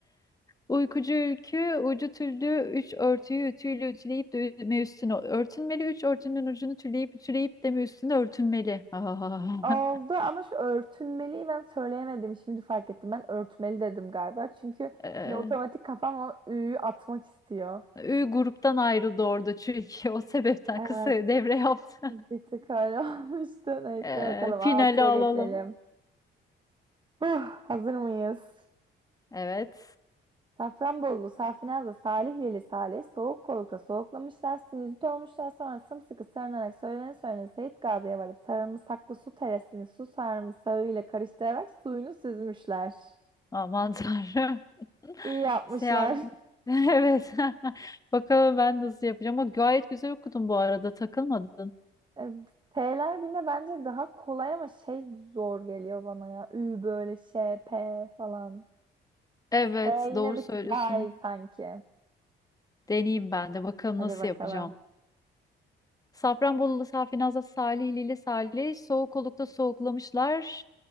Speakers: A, on the left; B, on the right.
A: Uykucu ülkü, ucu tüllü, üç örtüyü ütüyle ütüleyip de ü- üstüne örtünmeli. Üç örtünün ucunu tüleyip ütüleyip de mi üstüne örtünmeli. Ah.
B: Oldu
A: <laughs>
B: ama şu örtünmeliyi ben söyleyemedim. Şimdi fark ettim. Ben örtmeli dedim galiba. Çünkü
A: Ee,
B: hani otomatik kafam o ü'yü atmak istiyor.
A: Ü gruptan ayrıldı orada çünkü <laughs> o sebepten
B: Evet.
A: kısa devre yaptı.
B: Bir tık öyle <laughs> olmuştu. Neyse
A: <laughs> Ee,
B: bakalım
A: finali
B: altıya
A: alalım.
B: geçelim. Huh, hazır mıyız?
A: Evet.
B: Safranbolulu, Safinaz'da, Salihlili, Salih, soğuk kolukta soğuklamışlar, sinüzit olmuşlar, sonra sımsıkı sarınarak söylene söylene Seyit Gazi'ye varıp sarımsaklı su teresini su sarımsağıyla karıştırarak suyunu süzmüşler.
A: Aman Tanrım. <laughs>
B: İyi yapmışlar.
A: Seyahat. <laughs>
B: <laughs>
A: Evet. <laughs> Bakalım ben nasıl yapacağım. Ama gayet güzel okudun bu arada. Takılmadın.
B: E, P'ler birine bence daha kolay ama şey zor geliyor bana ya. Ü böyle şey, P falan.
A: Evet,
B: P yine
A: doğru
B: bir
A: söylüyorsun.
B: tık daha iyi sanki.
A: Deneyeyim ben de. Bakalım
B: Hadi
A: nasıl
B: bakalım.
A: yapacağım. Safranbolulu Safinaz'la Salihlili Salih soğuk olukta soğuklamışlar.